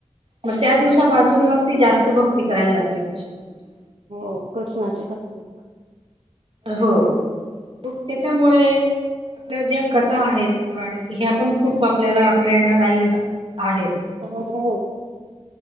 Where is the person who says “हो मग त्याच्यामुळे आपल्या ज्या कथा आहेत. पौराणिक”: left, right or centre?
Right